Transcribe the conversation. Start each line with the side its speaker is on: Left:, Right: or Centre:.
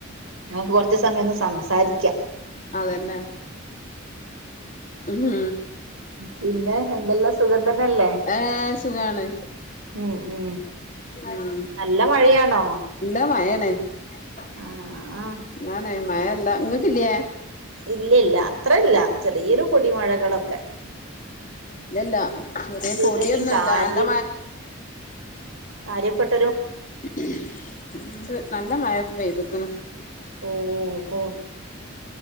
Right: നമുക്ക് കൊറച്ച സമയം ഒന്ന് സംസാരിക്കാം
Left: അതന്നെ മ്മ്
Right: പിന്നെ എന്തെല്ലാം സുഖം തന്നെല്ലേ
Left: ഏഹ് സുഖാണ്
Right: ഉ ഉ
Left: ഉം
Right: നല്ല മഴയാണോ
Left: നല്ല മഴാണ് <unintelligible>
Right: ആഹ്
Left: മഴല്ലേ ഇങ്ങൾക്കില്ലേ
Right: ഇല്ല ഇല്ല അത്ര ഇല്ല ചെറിയൊരു പൊടിമഴകളൊക്കെ
Left: ഇല്ലല്ല ചെറിയ
Right: തുവരെയും
Left: പൊടിയൊന്നുല്ല
Right: കാര്യ
Left: നല്ല
Right: കാര്യപ്പെട്ട
Left: ഇണ്ട് നല്ല മഴൊക്കെ പെയ്ത്ക്ക്ണ്‌
Right: ഓഹോ